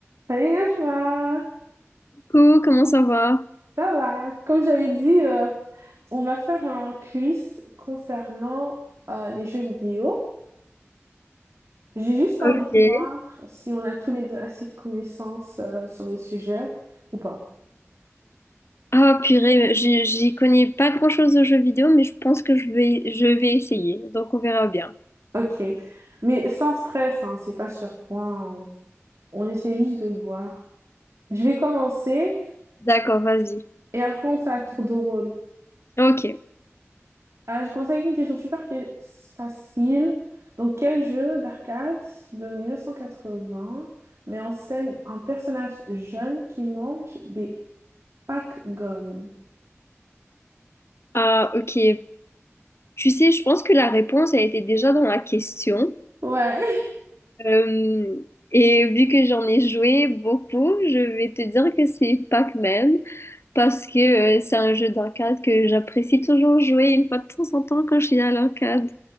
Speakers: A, on the right (about 70°); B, on the left (about 60°).
A: Salut Najma,
B: Coucou, comment ça va?
A: ça va? Comme j'avais dit, euh, on va faire un quiz concernant euh, les jeux vidéo. J'ai juste
B: Ok.
A: envie de voir si on a tous les deux assez de connaissances euh, sur le sujet ou pas.
B: Ah purée, j'y j'y connais pas grand-chose aux jeux vidéo, mais je pense que je vais, je vais essayer, donc on verra bien.
A: Ok, mais sans stress, hein, c'est pas sur point. On, on essaie juste de voir. Je vais commencer
B: D'accord, vas-y.
A: et après on fait un tour de rôle.
B: Ok,
A: Ah, je commence avec une question super qui est facile. Donc, quel jeu d'arcade de 1980 met en scène un personnage jeune qui mange des packs gommes?
B: ah ok. Tu sais, je pense que la réponse a été déjà dans la question.
A: Ouais. <laughs>
B: Euh, et vu que j'en ai joué beaucoup, je vais te dire que c'est Pac-Man, parce que euh, c'est un jeu d'arcade que j'apprécie toujours jouer une fois de temps en temps quand je suis à l'arcade.